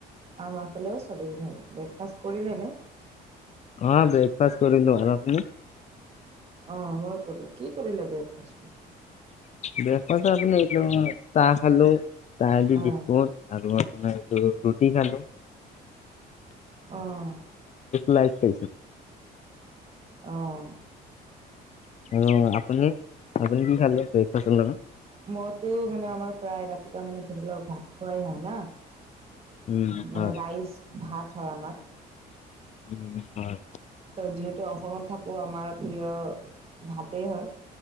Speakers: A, on the right; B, on the left.
A: আমাৰ ফালেও চবেই ভাল ব্ৰেকফা কৰিলে, ন।
B: অ, ব্ৰেকফাষ্ট কৰিলো আৰুপনি
A: অ, মই কলো কি কৰিলা বষ্ট
B: ব্ৰেকফ আপ এইটো চাহ খালো চাহ দি
A: অ
B: বিস্কুট আৰু মানেটো ৰুটি খালো।
A: আহ।
B: লাইছে
A: আহ।
B: আৰু আপুনি, আপুনি কি খালে? ব্ৰেকফাষ্টৰ লগত?
A: মইতে মানে আমাৰ প্ৰায় ৰাতিপুৱা মানে ধৰি লওক ভাত খোৱাই হয়, না।
B: উম
A: মানে
B: হয়
A: ৰাইচ ভাত হয় আমাৰ।
B: উম হয়
A: যিহেতু অসমত থাকোঁ আমাৰ প্ৰিয় ভাতেই হয়।